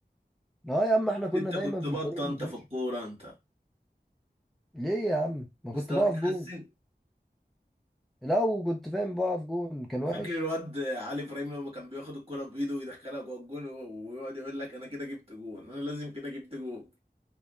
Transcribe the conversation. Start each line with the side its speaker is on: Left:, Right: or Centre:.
Centre: لا يا عم احنا كنا
Right: انت
Centre: دايما
Right: كنت
Centre: في
Right: بطه
Centre: الفريق اللي
Right: انت
Centre: في
Right: في
Centre: وشه
Right: الكوره انت
Centre: ليه يا عم ما
Right: مستواك
Centre: كنت بقف
Right: اتحسن
Centre: جون لا وكنت فاهم بقف جون كان وحش
Right: فاكر الواد علي ابراهيم لما كان بياخد الكوره بايده ويدخلها جوه الجون ويقعد يقول لك انا كده جبت جون انا لازم كده جبت جون